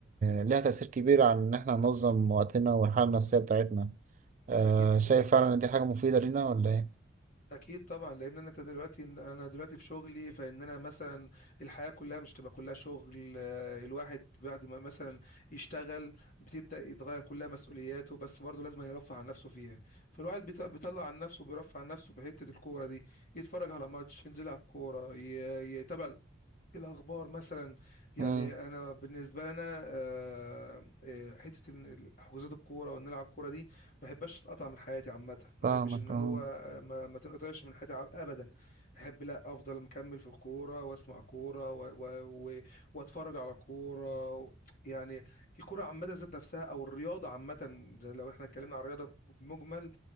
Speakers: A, on the right (about 40°); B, on the left (about 45°).
A: ليها تأثير كبير على ان احنا ننظم وقتنا والحالة النفسية بتاعتنا آه
B: اكيد طبعا
A: شايف فعلا ان دي حاجة مفيدة لينا ولا ايه؟
B: اكيد طبعا لان انا دلوقتي انا دلوقتي في شغلي فان انا مثلا الحياة كلها مش تبقى كلها شغل آه، الواحد بعد ما مثلا يشتغل بتبدأ يتغير كلها مسؤولياته بس برضه لازم يرفع عن نفسه فيها فالواحد بيط- بيطلع عن نفسه بيرفع عن نفسه بحتة الكورة دي يتفرج على ماتش ينزل يلعب كورة ي- يتابع الأخبار مثلا يعني
A: امم
B: أنا بالنسبة لنا آه، آه، حتة إن حجوزات الكورة وإن نلعب كورة دي ما بحبش أقطع من حياتي عامة ما
A: فاهمك
B: بحبش إن
A: امم
B: هو آه، ما, ما تنقطعش من حياتي ع- أبدا أحب لا أفضل مكمل في الكورة وأسمع كورة و و و وأتفرج على كورة و- يعني الكورة عامة ذات نفسها أو الرياضة عامة زي لو إحنا اتكلمنا عن الرياضة بمجمل